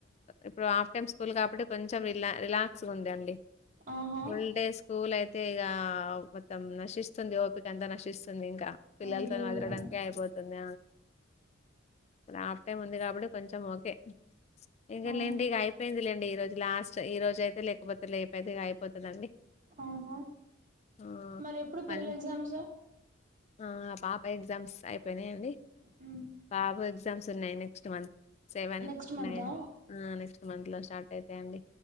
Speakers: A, on the left; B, on the right.
A: ఇప్పుడు హాఫ్ టైమ్ స్కూల్ కాబట్టి కొంచెం ఇలా రిలాక్స్ ఉంది అండి
B: ఆహా!
A: ఫుల్ డే స్కూల్ అయితే ఇగా మొత్తం నశిస్తుంది ఓపిక అంత నశిస్తుంది ఇంక్ పిల్లల్తో
B: అయ్యయ్యో!
A: అదలడానికే అయిపోతుంది ఇప్పు ఆఫ్ టై ముందిగా పుడు కొంచెం ఓకే ఇంక
B: ఆ!
A: లేండి ఇగ అయిపోయింది లేండి ఈ రోజ్ లాస్ట్ ఈ రోజా అయితే లేక్పోత్ లేపోతేగా అయిపోతదండి
B: ఆహా!
A: ఆ
B: మరెప్పుడు పిల్లల్
A: మళ్ళీ
B: ఎగ్జామ్సు
A: ఆ పాప ఎగ్జామ్స్ అయిపోయినయండి
B: హ్మ్.
A: బాబు ఎగ్జామ్స్ ఉన్నయ్ నెక్స్ట్ మంత్ సెవెన్
B: నెక్స్ట్ మంతా?
A: నైన్ అ నెక్స్ట్ మంత్ లో స్టార్ట్ అయితయండి